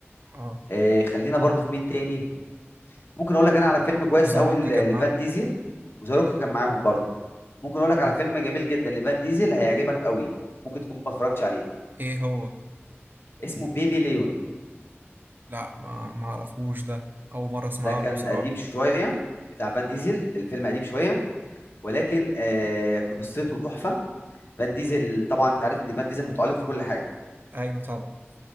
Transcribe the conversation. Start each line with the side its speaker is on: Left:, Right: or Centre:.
Right: اه
Left: آه خلينا برضو في مين تاني ممكن اقول لك انا على فيلم كويس
Right: وذا
Left: قوي
Right: روك
Left: ل-
Right: كان معاه
Left: لفان ديزل وزاروك كان معاهم برضو ممكن اقول لك على
Right: اه
Left: فيلم جميل جدا لفان ديزل هيعجبك قوي ممكن تكون ما اتفرجتش عليه
Right: ايه هو
Left: اسمه بيبي ليون
Right: لا ما ما اعرفوش ده اول مره اسمع
Left: ده كان
Right: عنه بصراحه
Left: قديم شويه بتاع فان ديزل الفيلم قديم شويه ولكن آه قصته تحفه فان ديزل طبعا انت عارف ان فان ديزل متألق في كل حاجه
Right: ايوه طبعا